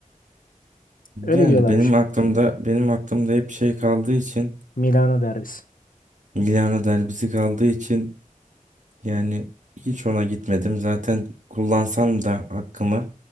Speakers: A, on the right; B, on the left.
A: Yani
B: Öyle diyorlarmış.
A: benim aklımda benim aklımda hep şey kaldığı için
B: Milano derbisi.
A: Milano derbisi kaldığı için Yani hiç ona gitmedim. Zaten kullansam da hakkımı